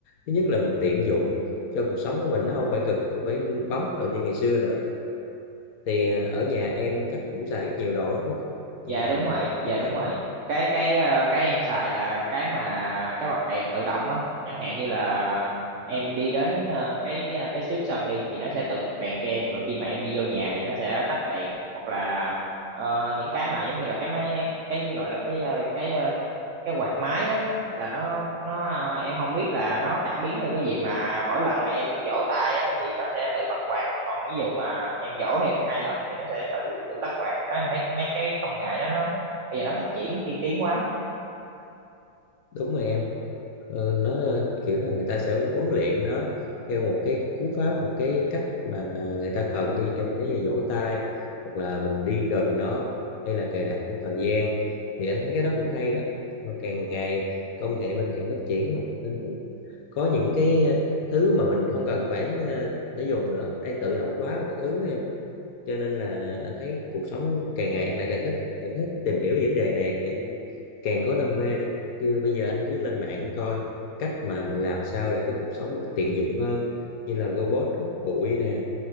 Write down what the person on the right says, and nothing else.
dạ
đúng rồi dạ
đúng
rồi cái cái ờ, cái em xài là cái mà cái bật đèn tự động á chẳng hạn như là em đi đến ờ, cái ờ, cái trước sân đi thì nó sẽ tự bật đèn cho em rồi khi mà em đi vô nhà thì nó sẽ tắt đèn hoặc là ờ, những cái mà giống như là cái máy cái gọi là cái ờ, cái ờ, cái quạt máy á là nó nó ờ, em không biết là nó cảm biến theo cái gì mà mỗi lần mà em vỗ tay á, thì nó sẽ tự bật quạt còn ví dụ mà em vỗ thêm hai lần thì nó sẽ tự tự tắt quạt đó em thấy mấy cái công nghệ đó nó bây giờ nó phát triển tiên tiến quá